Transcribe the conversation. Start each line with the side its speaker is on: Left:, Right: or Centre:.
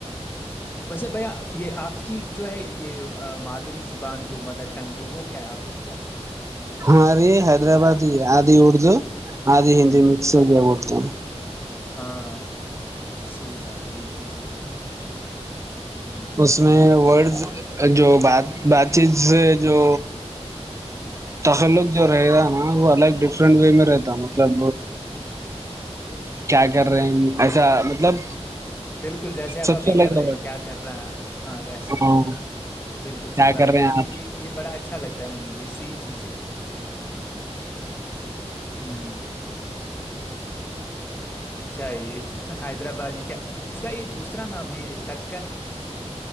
Left: ویسے بھیا یہ آپ کی جو ہے یہ مادری زبان جو مدر ٹنگ ہے وہ کیا ہے آپ کی کیا ہے
Right: ہاںرے حیدرآباد ہی آدھی اردو آج ہی ہندی
Left: ہوں
Right: مکس ہو گیا بہت ک
Left: ہاں صحی بات ہے یہ چیز ہے ہوں
Right: تو اس میں ورڈز جو بات بات چیت سے جو تخلق جو رہتا نا وہ الگ ڈفرنٹ وے میں رہتا مطلب کیا کر رہے ہیں ایسا مطلب
Left: بالکل جیسے آپ
Right: سب
Left: ابھی
Right: سے
Left: کر
Right: الگ
Left: رہے
Right: رہ
Left: کیا کر رہا ہاں ویسے
Right: ہاں
Left: بالکل
Right: کیا
Left: صحی بات
Right: کر
Left: ہے یہ
Right: رہے ہیں آپ
Left: یہ یہ یہ بڑا اچھا لگتا ہے مجھے ج یہ یہی چیز ہے ہوں اچھا یہ یہ حیدرآبادی کیا اس کا یہ دوسرا نام یہ دک